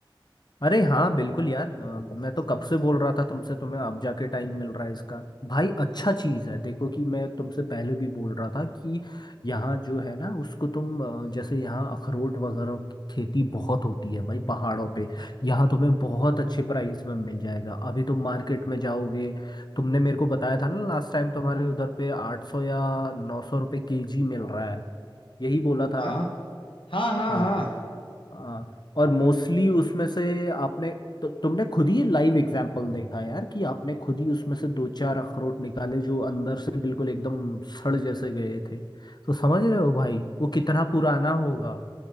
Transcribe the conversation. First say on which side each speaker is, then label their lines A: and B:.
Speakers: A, on the left; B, on the left.
A: अरे हाँ बिल्कुल यार अ, मैं तो कब से बोल रहा था तुमसे तुम्हें अब जाके टाइम मिल रहा है इसका भाई अच्छा चीज़ है देखो कि मैं तुमसे पहले भी बोल रहा था कि यहाँ जो है ना उसको तुम अ, जैसे यहाँ अखरोट वगैरह की खेती बहुत होती है भाई पहाड़ों पे यहाँ तुम्हें बहुत अच्छे प्राइस में मिल जाएगा अभी तुम मार्केट में जाओगे तुमने मेरे को बताया था ना लास्ट टाइम तुम्हारे उधर पे आठ सौ या नौ सौ रुपये के जी मिल रहा है यही बोला था
B: हाँ
A: ना
B: हाँ हाँ
A: हाँ
B: हाँ
A: हाँ और मोस्टली उसमें से आपने तो तुमने खुद ही लाइव एग्जाम्पल देखा यार कि आपने खुद ही उसमें से दो चार अखरोट निकाले जो अंदर से बिल्कुल एकदम सड़ जैसे गए थे तो समझ रहे हो भाई वो कितना पुराना होगा